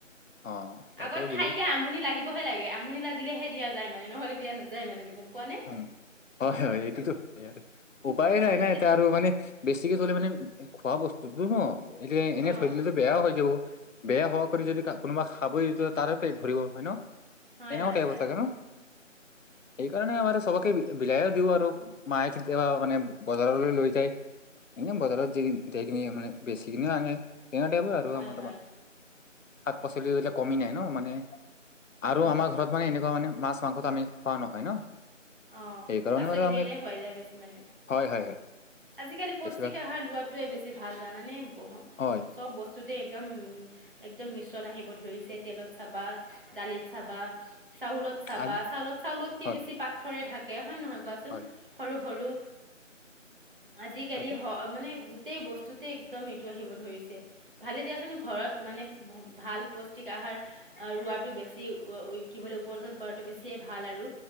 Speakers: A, on the left (about 75°); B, on the right (about 40°).
A: অ', তাকে
B: আগত
A: বোলো
B: খাইকে আমনি লাগিবহে লাগে। আমনি লাগিলেহে দিয়া যায় মানে নহলে দিয়া নাযায় মানে যে গম পোৱা নে।
A: উম, হয় হয় এইটোতো হয় আৰু উপায়ে
B: অ',
A: নাই নাই
B: যেতিয়া
A: এতিয়া আৰু মানে বেছিকে থলে মানে খোৱা বস্তুটো। অ এতিয়া এনেই
B: অ',
A: থৈ দিলেতো বেয়াও হৈ যাব। বেয়া হোৱা কৰি যদি কোনোবা খাবই তাৰে পেট ভৰিব হয় ন।
B: হয়
A: এনেকুৱা টাইপৰ
B: হয়।
A: চাগে ন? সেইকাৰণে আমাৰ চবকে বিলায়ও দিওঁ আৰু মায়ে কেতিয়াবা মানে বজাৰলৈ লৈ যায়। এ বজাৰত যাই কিনি মানে বেছিকিনি আনে। হেই টাইপ আৰু
B: হয়
A: আমাৰ
B: হয়।
A: ত শাক পাচলি বিলাক কমি নাই ন মানে আৰু
B: অঁ
A: আমাৰ ঘৰত মানে এনেকুৱা মানে মাছ মাংসটো আমি খোৱা নহয় ন।
B: অঁ
A: সেইকাৰণে
B: পাচলিকেইটাই
A: বাৰু আমাৰ
B: খোৱাই যায় বেছি মানে।
A: হয় হয়।
B: আজিকালি পুষ্টিক
A: বেছিভাগ
B: আহাৰ লোৱাটোৱে বেছি ভাল জানানে
A: হয়
B: চব বস্তু। তে একদম একদম মিশ্ৰণ আহিব ধৰিছে তেলত চাবা দালিত চাবা। চাউলত চাবা
A: আজি
B: চাউলত চাউলতকে
A: হয়
B: বেছি পাথৰে থাকে হয় নহয় কোৱাচোন
A: হয়
B: সৰু সৰু আজিকালি
A: তাকে
B: হ মানে। গোটেই বস্তুতে একদম ইটো আহিব ধৰিছে ভালে দিয়াচোন ঘৰত মানে ভাল পুষ্টিক আহ ৰোৱাটো বেছি কি উপাৰ্জন কৰাটো বেছিয়ে ভাল আৰু।